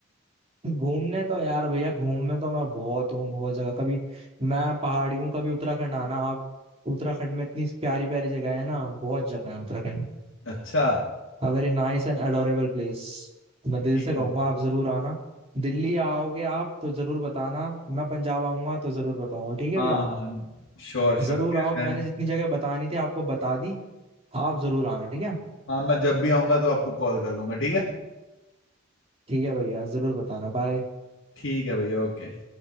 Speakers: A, on the right (about 30°); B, on the left (about 75°).
A: घूमने तो यार भैया घूमने तो मैं बहुत हूँ बहुत जगह कभी मैं पहाड़ी हूँ कभी उत्तराखंड आना आप उत्तराखंड में इतनी प्यारी प्यारी जगह है ना बहुत जगह है उत्तराखंड
B: अच्छा
A: में Very nice and adorable place मैं दिल
B: ठीक
A: से
B: है
A: कहूंगा
B: भाई
A: आप जरूर आना दिल्ली आओगे आप तो जरूर बताना मैं पंजाब आऊंगा तो जरूर बताऊंगा ठीक है
B: हाँ
A: भैया
B: हाँ श्योर श्योर
A: जरूर
B: मैं
A: आओ मैंने
B: मैं-
A: जितनी जगह बतानी थी आपको बता दी आप जरूर आना ठीक है
B: हाँ मैं जब भी आऊंगा तो आपको कॉल कर लूंगा ठीक है
A: ठीक है भैया जरूर बताना बाय
B: ठीक है भैया ओके